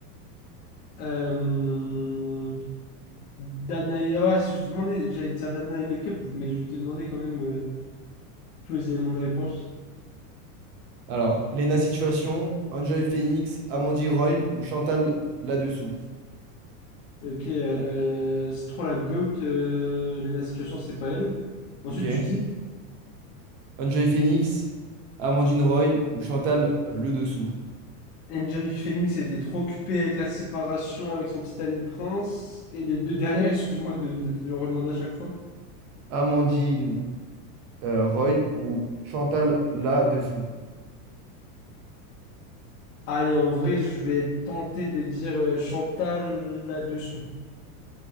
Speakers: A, on the left; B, on the right.
A: Euh, Danae. Ah ouais, si, je vais te demander, j'allais dire Danae Makeup, mais je vais te demander quand même euh, tous les éléments de réponse.
B: Alors, Lena Situation, Enjoy Phoenix, Amandine Roy ou Chantal là-dessous.
A: Ok, euh, c'est trop la GOAT, euh, Lena Situation, c'est pas elle. Ensuite,
B: Ok.
A: tu dis,
B: Enjoy Phoenix, Amandine Roy ou Chantal le dessous.
A: Angel Phoenix elle était trop occupée avec la séparation avec son petit ami Prince. Et les deux dernières, <laughs> excuse-moi de, de te le redemander à chaque fois.
B: Amandine euh, Roy ou Chantal là-dessous.
A: Allez, en vrai, je vais tenter de dire euh, Chantal là-dessous.